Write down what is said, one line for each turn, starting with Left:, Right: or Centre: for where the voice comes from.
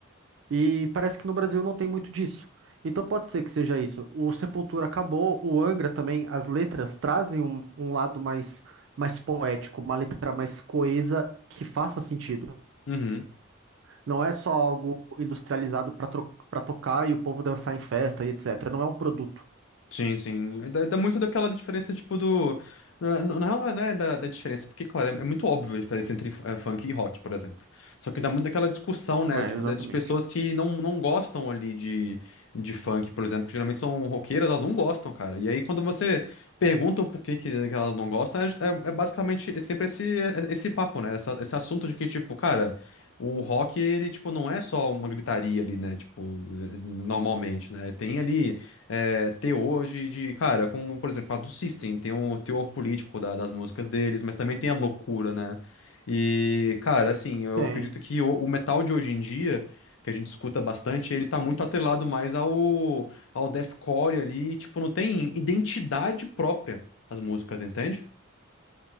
Right: E parece que no Brasil não tem muito disso. Então pode ser que seja isso. O Sepultura acabou, o Angra também, as letras trazem um, um lado mais, mais poético, uma letra mais coesa que faça sentido.
Left: Uhum.
Right: Não é só algo industrializado para para tocar e o povo dançar em festa e etc. Não é um produto.
Left: Sim, sim. Dá, dá muito daquela diferença, tipo, do. Na, na na real, não é, não é da, da diferença, porque, claro, é, é muito óbvio a diferença entre eh, funk e rock, por exemplo. Só que dá muito daquela discussão, né?
Right: É,
Left: Tipo,
Right: exatamente.
Left: da- de pessoas que não, não gostam ali de, de funk, por exemplo, que geralmente são roqueiras, elas não gostam, cara. E aí, quando você pergunta o porquê que, que elas não gostam, é, é- é basicamente é sempre esse, é, esse papo, né? Essa- esse assunto de que, tipo, cara. O rock, ele, tipo, não é só uma gritaria ali, né? Tipo, eh, normalmente, né? Tem ali é, teor de, de, cara, como, por exemplo, a do System, tem um teor político da- das músicas deles, mas também tem a loucura, né? E, cara, assim, eu
Right: Tem,
Left: acredito que o, o metal de hoje em dia, que a gente escuta bastante, ele tá muito atrelado mais ao, ao deathcore ali, tipo, não tem identidade própria as músicas, entende?